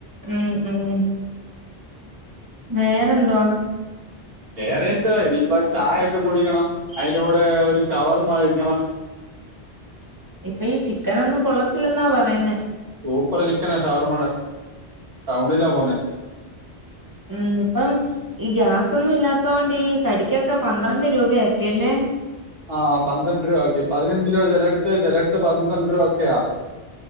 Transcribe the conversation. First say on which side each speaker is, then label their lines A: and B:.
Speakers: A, on the right; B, on the right.
A: ഉം ഉം വേറെന്തുവാ
B: വേറെ എന്തുവാ ഇനിയിപ്പോ ചായൊക്കെ കുടിക്കണം അയിന്റെ കൂടെ ഒരു ഷവർമ കഴിക്കണം
A: ഇപ്പൊ ഈ ചിക്കനൊന്നും കൊള്ളത്തില്ലെന്നാ പറയുന്നേ
B: സൂപ്പറ് ചിക്കനാ ഷവർമാടെ ടൗണിലാ പോന്നേ
A: ഉം ഇപ്പം ഈ ഗ്യാസൊന്നും ഇല്ലാത്തോണ്ട് ഈ കടിക്കൊക്കെ പന്ത്രണ്ട് രൂപയാക്കിയല്ലേ
B: ആഹ് പന്ത്രണ്ട് രൂപാക്കി പതിനഞ്ച് രൂപ ചെലടുത്ത് ചെലടുത്ത് പന്ത്രണ്ട് രൂപ ഒക്കെയാ